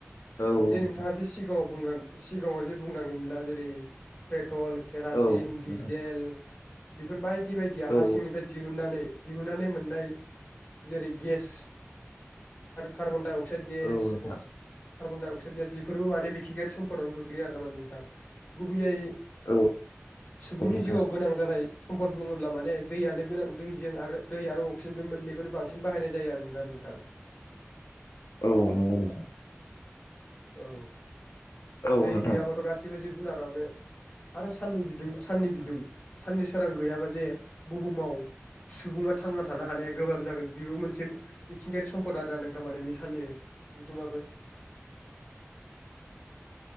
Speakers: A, on the left (about 85°); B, on the left (about 35°).
A: औ
B: जे
A: औ नोंथां
B: नोंथाङा जे सिगाङावां सिगांङाव जे बुंलांदोंमोना जेरैे पेट्रल केरासिन
A: औ
B: डिजेल
A: नोंथां
B: बेफोर बायदि बायदिया
A: औ
B: हासिंनिफ्राय दिहुनन्नानै दिहुननानै मोननाय जेरै गेस कार्बनडाइ अक्स अक्साइड गेस
A: औ नोंथां
B: अ कार्बन डाइ अक्साइड गेयास बेफोरबो माने मिथिंगायारि सम्पदावनो गोग्लैयो आरो ना मे नोंथां गुबैयै
A: औ
B: सुबुंनि
A: नोंथां
B: जिउआव गोनां जानाय सम्पद बुंङोब्ला माने दैयानो गोनां दैजों आरो दै आरो अक्सिजेन बे मोननैखौनो बांसिन बाहायनाय जायो आरोना नोंथां
A: औ नंगौ नोंथां
B: औ
A: औ
B: दै
A: नोंथां
B: गैयाबाथ' गाससिबो जिब जुनारनो आरो साननि बिदुं साननि बिदुं साननि सोरां गैयाबा जे बुहुमाव सुबुंङाथ थांना थानो हानाया गोब्राब जागोन बेबो मोनसे मिथिंगायारि सम्पद आरोना नों थारमाने मिसाननि बिदुङआबो <unintelligible>